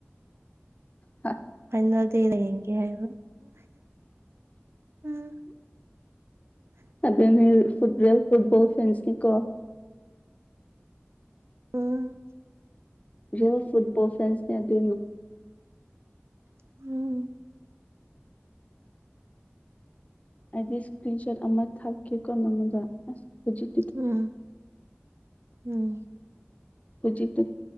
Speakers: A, on the left; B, on the right.
A: ꯍ
B: ꯐꯥꯅꯦꯜꯗꯦ ꯗ ꯌꯦꯛꯒꯦ ꯍꯥꯏꯕ ꯎꯝ
A: ꯑꯗꯨꯅꯦ ꯐꯨꯠ <unintelligible> ꯐꯨꯠꯕꯣꯜ ꯐ꯭ꯔꯦꯟꯀꯤ ꯀꯣ
B: ꯎꯝ
A: ꯔꯦꯜ ꯐꯨꯠꯕꯣꯜ ꯐꯦꯟꯁꯅꯦ ꯑꯗꯨꯅ
B: ꯎꯝ
A: ꯑꯩꯗꯤ ꯏꯁꯀ꯭ꯔꯤꯟ ꯁꯣꯠ ꯑꯃ ꯊꯥꯛꯀꯦꯀꯣ ꯅꯪꯉꯣꯟꯗ ꯑꯁ ꯍꯧꯖꯤꯛ
B: ꯎꯝ ꯎꯝ
A: ꯍꯧꯖꯤꯛꯇ